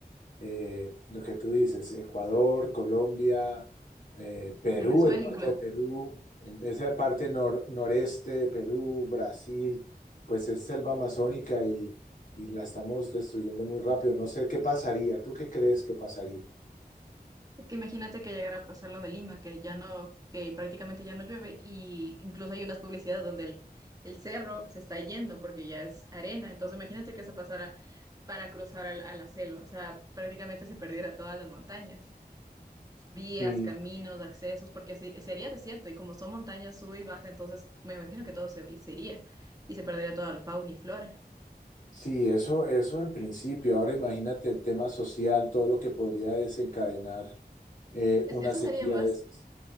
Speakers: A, on the left; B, on the right.
A: eh, lo que tú dices, Ecuador, Colombia, eh, Perú,
B: Venezuela
A: el norte
B: incluso.
A: de Perú, el- esa parte nor- noreste de Perú, Brasil, pues es selva amazónica y, y la estamos destruyendo muy rápido. No sé qué pasaría, ¿tú qué crees que pasaría?
B: que imagínate que llegara a pasar lo de Lima, que ya no, que prácticamente ya no llueve, y incluso hay unas publicidades donde el, el cerro se está yendo porque ya es arena. Entonces imagínate que se pasara para cruzar al- a, la selva. O sea, prácticamente se perdiera todas las montañas, vías,
A: Sí,
B: caminos, accesos, porque se, sería desierto, y como son montañas sube y baja, entonces me imagino que todo se, se iría y se perdería toda la fauna y flora.
A: sí, eso, eso en principio. Ahora imagínate el tema social, todo lo que podría desencadenar eh,
B: Es-
A: una
B: eso
A: sequía
B: sería más
A: de esas.